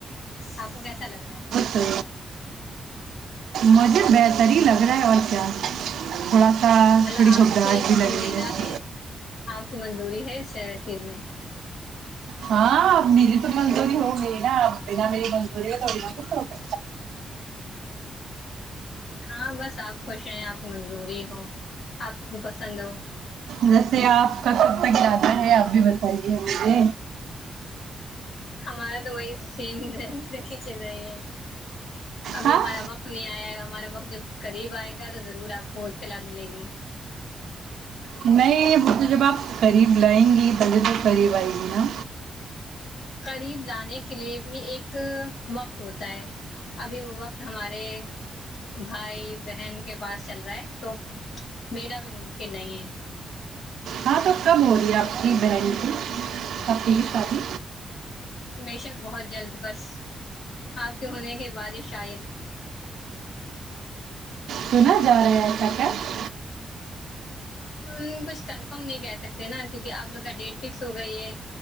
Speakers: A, on the left; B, on the right.
A: آپ کو کیسا لگ رہا ہے
B: ھمم مطلب بہترہی لگ رہا ہے اور کیا تھوڑا سا
A: مطلب
B: تھوڑی
A: آپ
B: شبدا
A: کی
B: اچھی
A: پسندیدہ
B: لگ رہی ہے
A: ہے آپ کی منظوری ہے اس چیز میں
B: ہاں میری تو منظوری ہوگی نا بینا میری منظوری تھوڑی نہ کچھ ہوتا ہے
A: ہاں بس آپ خوش ہیں آپ کی منظوری ہو آپ کو پسند ہو
B: ویسے آپ کا کب تک ارادہ ہے آپ بھی بتائیے مجھے
A: ہمارا تو وہی سیم <unintelligible> چل رہی ہے ابھی
B: ہاں
A: ہمارا وقت نہیں آئےہمارے وقت جب قریب آئے گا تو ضرور آپ کو اطلاع ملے گی
B: نہیں وہ تو جب آپ قریب لائیں گی پہلے تو قریب آئے گی نا
A: قریب لانے کے لیے بھی ایک وقت ہوتا ہے ابھی وہ وقت ہمارے بھائی بہن کے پاس چل رہا ہے تو میرا ابھی ممکن نہیں ہے
B: ہاں تو کب ہو رہی ہے آپ کی بہن کی آپی کی شادی
A: بیشک بہت جلد بس آپ کے ہونے کے بعد شاید
B: سنا جا رہی ہے <unintelligible>
A: ہ کچھ کنفم نہیں کہہ سکتے نا کیکہ اپ لوگ کا ڈیٹ فکس ہو گئی ہے